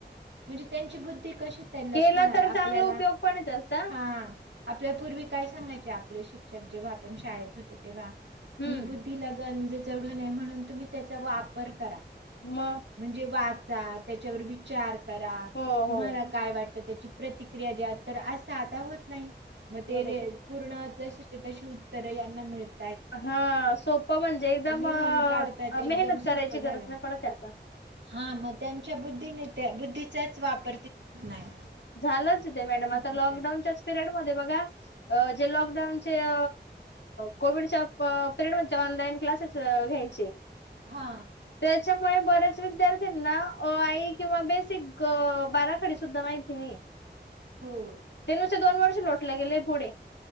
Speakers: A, on the right; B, on the left.
A: म्हणजे त्यांची बुद्धी कशी तल्लक
B: केला
A: होणार
B: तर
A: आपल्याला
B: चांगला उपयोग पण आहे त्याचा
A: हा आपल्यापूर्वी काय सांगायचे आपले शिक्षक जेव्हा आपण शाळेत होतो तेव्हा,
B: हम्म.
A: की बूद्धीला गंज चडू नये म्हणून तुम्ही त्याचा वापर करा.
B: मग
A: म्हणजे वाच -- त्याच्यावर विचार -- करा
B: हो
A: तुम्हाला
B: हो
A: काय वाट -- तर त्याची प्रतिक्रिया द्या. तर असं आता होत नाही. म ते
B: बरोबर.
A: रे पूर्ण -- ज तशी उत्तरे यांना मिळते --
B: हा सोपं म्हणजे एकदम
A: लिहून काढतात एकदम
B: मेहनत करायची
A: सोपं
B: गरज
A: झालं
B: नाही. त्या आता- -
A: हा मग त्यांच्या बुद्धीने त्या बुद्धीचाच वापरत नाही.
B: ह मम
A: कुठ
B: लकडाऊनच्याचं
A: तर
B: पिरेड -- ते बघा जे लॉकडाऊन चे -- कोविडच्या प -- <unintelligible> ऑनलाईन क्लासेस घ्यायचे
A: हा
B: तेच -- त्यामुळे बऱ्याच विद्यार्थ्यांना अ आई किंवा बेसिक बाराखडी सुधा माहि -- ती
A: हो
B: त्यानुसत दोन वर्ष लोटग गेलं पुढे- -